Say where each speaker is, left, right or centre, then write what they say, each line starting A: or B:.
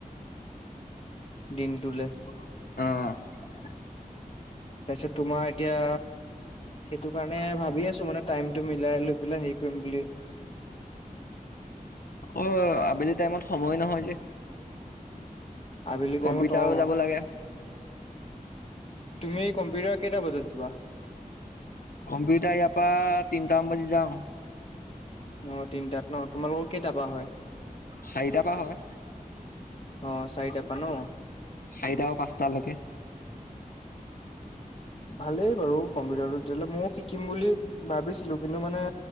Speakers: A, on the left (about 40°); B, on the left (about 80°).
A: দিনটোলে। তাৰপিছত
B: অ'
A: তোমাৰ এতিয়া, সেইটো কাৰণে ভাবি আছোঁ মানে টাইমটো মিলাই লৈ পেলাই হেৰি কৰিম বুলি।
B: অ', আবেলি টাইমত সময় নহয় যে।
A: আবেলি টাইমত
B: কম্পিউটাৰো
A: অ
B: যাব লাগে।
A: তুমি কম্পিউটাৰ কেইটা বজাত যোৱা?
B: কম্পিউতাৰ ইয়াৰ পা তিনটামান বাজি যাওঁ।
A: অ', তিনটাত ন' তোমালোকৰ কেইটাৰ পা হয়?
B: চাৰিটাৰ পৰা হয়
A: অ', চাৰিটা পা ন'।
B: চাৰিটা পা পাঁচটালৈকে।
A: ভালেই বাৰু কম্পিউটাৰটো তেতিয়াহ'লে ময়ো শিকিম বুলি ভাবিছিলোঁ কিন্তু মানে